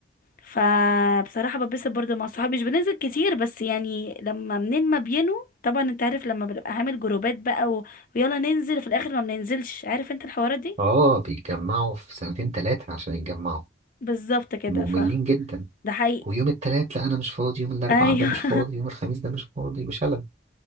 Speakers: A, on the left; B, on the right.
A: فبصراحة ببسط برضو مع صحابي مش بننزل كتير بس يعني لما منين ما بينوا طبعا انت عارف لما بنبقى عامل جروبات بقى و... ويلا ننزل في الاخر ما بننزلش عارف انت الحوارات دي
B: اه بيتجمعوا في سنتين تلاتة عشان يتجمعوا
A: بالظبط كده
B: مملين
A: ف
B: جدا
A: ده حقيقي
B: ويوم التلات لا انا مش فاضي يوم الاربعاء
A: ايوه
B: ده مش فاضي
A: <laughs>
B: يوم الخميس ده مش فاضي وشلل